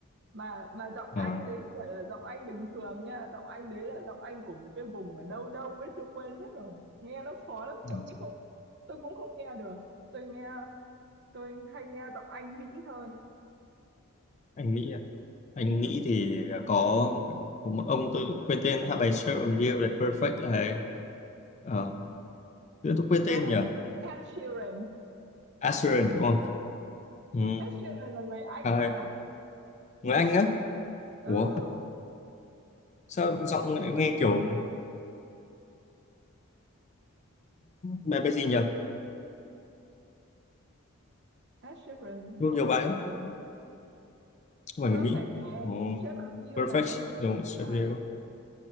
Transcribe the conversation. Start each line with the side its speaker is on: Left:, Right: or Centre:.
Right: mà mà giọng anh
Left: ờ,
Right: đấy không phải là giọng anh bình thường nha giọng anh đấy là giọng anh của một cái vùng ở đâu đâu ấy tôi quên mất rồi nghe nó khó lắm
Left: ừ.
Right: tôi cũng không tôi cũng không nghe được tôi nghe tôi hay nghe giọng anh Mỹ hơn
Left: Anh Mỹ anh Mỹ
Right: ừ
Left: thì có một ông tôi quên tên hát bài Shape of You là Perfect là ấy. Ờ, tự nhiên tôi quên tên
Right: à
Left: nhỉ
Right: Ed Sheeran
Left: Assurance đúng không ừ.
Right: Ed Sheeran là người Anh
Left: à,
Right: mà
Left: người Anh á
Right: ừ
Left: Ủa sao giọng
Right: Ed Sheeran
Left: lại nghe kiểu bài bài gì nhỉ
Right: Ed Sheeran
Left: nhiều
Right: không
Left: nhiều bài
Right: phải là
Left: lắm
Right: người Mỹ
Left: không phải
Right: Perfect
Left: người Mỹ
Right: này
Left: Ồ,
Right: Shape of You
Left: Perfect
Right: này
Left: đúng Shape
Right: ờ,
Left: of You